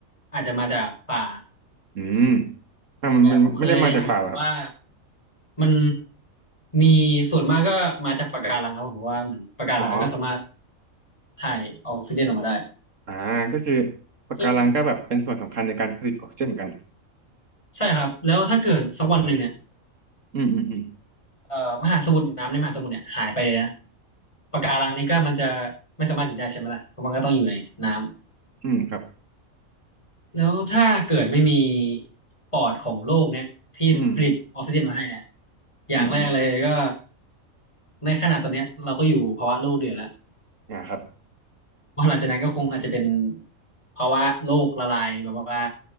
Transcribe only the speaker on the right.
อืมอ่ามันมันไม่ได้มาจากป่าหรอครับ
อ๋อ
อ่าก็คือปะการังก็แบบเป็นส่วนสำคัญในการผลิตออกซิเจนเหมือนกัน
อืมอืมอืม
อืมครับ
อืม
อืมอืม
อ่าครับ